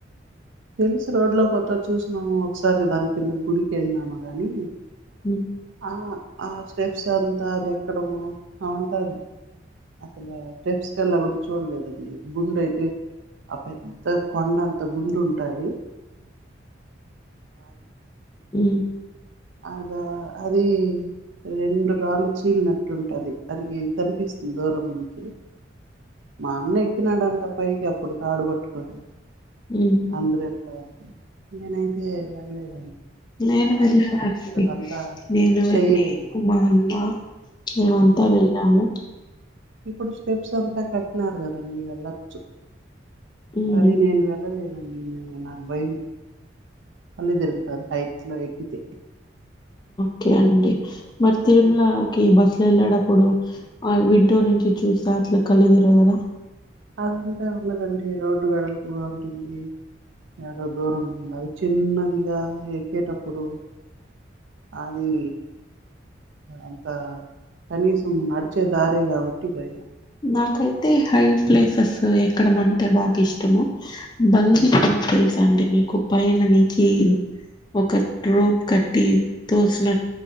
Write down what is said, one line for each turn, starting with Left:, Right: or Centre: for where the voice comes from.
Right: తెలుసు రోడ్ లో పోత చూస్నాము ఒకసారి దాని కింద గుడికి ఎల్నాము గాని
Left: ఉ
Right: ఆ ఆ స్టెప్సంతా అది ఎక్కడము అవంతా అసలు స్టెప్స్ కల్లా కూడా చూడలేదండి ముందైతే ఆ పెద్ద కొండ అంత గుండు టది
Left: ఉ
Right: అదా అది రెండు రాళ్ళు చీలినట్టుంటది అరిగి కనిపిస్తుంది దూరం నుంచి మా అన్న ఎక్కినాడంట పైకి అప్పుడు తాడు పట్టుకని
Left: ఉమ్
Right: అందరు వెళ్లారు నేనయితే ఎల్లలేదు
Left: నేను వెళ్ళాల్సి
Right: అంతా
Left: నేను
Right: చేయలేను
Left: నేను కు మాన్నా మేమంతా
Right: ఉమ్.
Left: వెళ్ళాము
Right: ఇప్పుడు స్టెప్స్ అంతా కట్టినారు కదండి వెళ్ళచ్చు
Left: ఉమ్
Right: సరే నేను వెళ్ళలేనండి నేను నాకు భయం కళ్ళు తిరుగుతది అది హైట్లో ఎక్కితే
Left: ఓకే అండి మరి తిరుమలకి
Right: ఉమ్.
Left: బస్ అట్ వెళ్ళేడప్పుడు ఆ విండో నుంచి చూస్తే అట్లా కళ్ళు తిరగదా
Right: అదంతే ఉన్నదండి రోడ్డు వెడల్పుగా ఉంటుంది ఏదో దూరం ఉంది అది చిన్నదిగా ఎక్కేటప్పుడు అది అంత కనీసం నడిచే దారే కాబట్టి భయం
Left: నాకైతే హై ప్లేసెస్ ఎక్కడం అంటే బాగా ఇష్టము బంగీ
Right: ఆ
Left: తెలుసా అండి మీకు పైన నించి ఒక రోప్ కట్టి తోసిన